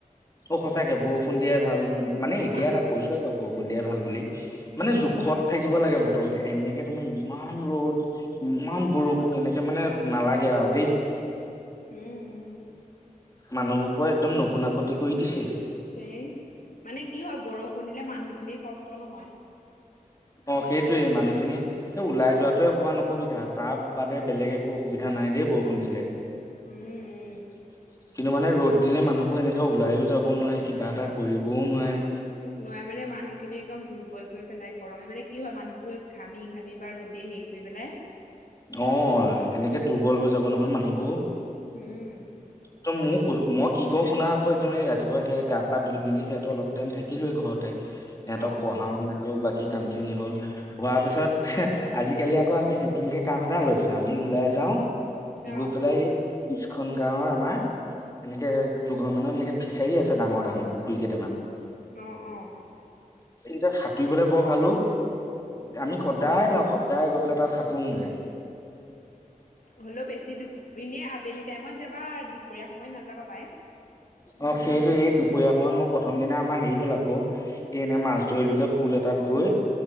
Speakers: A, on the left; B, on the left.
A: অ সচাকে বৰষুণ দিয়াই ভাল। মানে এতিয়া
B: মাহ
A: এটা কৈছোৱেই বাৰু বৰষুণ দিয়াই ভাল বুলি
B: উম
A: মানে জোখত থাকিব লাগে বতৰটো এনেকে তোমাৰ- ইমান ৰ'দ ইমান বৰষুণ এনেকে মানে' নালাগে আৰু দেই
B: উম উম
A: মানুহবোৰ কো একদম নগুনাকতি- কৈ দিছে।
B: সেই মানে কি হয় বৰষুণ দিলে মানুহখিনিৰ কষ্ট নহয়।
A: অঁ সেইটোৱেই মানুহখিনি এই ওলাই যোৱা তোৱে অকণমান অসুবিধা তাৰ বাদে বেলেগ একো অসুবিধা নাই। নাই দেই বৰষুণ দিলে।
B: উম উম।
A: <unintelligible> কিন্তু মানে ৰ'দ দিলে মানুহবোৰ এনেকে ওলাইও যাব নোৱাৰে কিবা এটা কৰিবও নোৱাৰে।
B: নোৱাৰে মানে মানুহ- খিনি একদম দুৰ্বল কৰি পেলাই গৰমে মানে কি হয় মানুহবোৰ ঘামি ঘামি বা ৰ'দে হেৰি কৰি পেলাই।
A: অ এনেকে দুৰ্বল হৈ যাব। নহয় মানুহবোৰ
B: উম
A: ত মোক ক মই কি কওঁ শুনা আক- আক একদম ৰাতিপুৱা সেয়া গা পা ধুই মেলি সেয়াতো অলপ টাইম থাকিলোৱেই ঘৰতে- সিহঁতক
B: অঁ
A: পঢ়াও মেলো বাকী। কি কাম খিনি হ'ল হোৱাৰ পিছত আজিকালি আকৌ আমি ন নতুনকে কাম এটা লৈছে আমি ওলাই যাও
B: অঁ
A: গৈ পেলাই স্কু খন গাঁৱৰ আমাৰ এনেকে দুঘৰ মানত এনেকে ফিচাৰী আছে ডাঙৰ ডাঙৰ পুখুৰী কেইটামান
B: অঁ অঁ
A: সেইকেইটাত সাঁতুৰিবলৈ বৰ ভাল অ আমি সদায়
B: অঁ
A: যাওঁ সদায় গৈ পেলাই তাত হাতুঙগে
B: হ'লেও বেছি দুপ এনেই আবেলি টাইমত যাবা দুপৰীয়া সময়ত নাযাবা পাই
A: অ ফীৰ দুপৰীয়াখনত মোৰ প্ৰথম দিনা আমাৰ হেৰি হ'ল আকৌ এ এনে মাছ ধৰিলোগে পুল এটাত গৈ